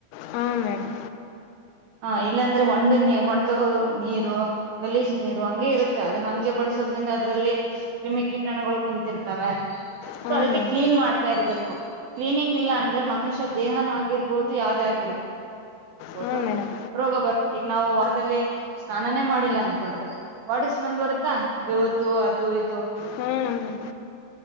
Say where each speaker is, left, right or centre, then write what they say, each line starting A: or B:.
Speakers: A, on the left; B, on the right.
A: ಹಾಂ ಮೇಡಮ್
B: ಹ ಇಲ್ಲಾಂದ್ರೆ ಒಂದು ಒಂದು ನೀರು ಗಲೀಜ್ ನೀರು ಹಂಗೆ ಇರುತ್ತೆ ಅದನ್ನ ಹಂಗೆ ಬಳಸೋದ್ರಿಂದ ಅದರಲ್ಲಿ ಕ್ರಿಮಿ ಕೀಟಣಗಳು ಕುಂತಿರ್ತವೆ
A: ಹಾಂ
B: ಸೊ ಅದಕ್ಕೆ
A: ಮೇಡಮ್
B: ಕ್ಲೀನ್ ಮಾಡ್ತಾ ಇರಬೇಕು ಕ್ಲೀನಿಂಗ್ ಇಲ್ಲ ಅಂದ್ರೆ ಮನುಷ್ಯ ದೇಹನ ಆಗಿರ್ಬಹುದು ಯಾವದೇ ಆಗಿರ್ಬಹುದು
A: ಹಾಂ ಮೇಡಮ್
B: ರೋಗ ನಾವು ವಾರದಲ್ಲಿ ಸ್ನಾನಾನೇ ಮಾಡಿಲ್ಲ ಅನ್ಕೊಂಡ್ರಿ ಬಾಡಿ ಸ್ಮೆಲ್ ಬರುತ್ತಾ ಬವುತ ಅದು ಇದು
A: ಹಾಂ ಮೇಡಮ್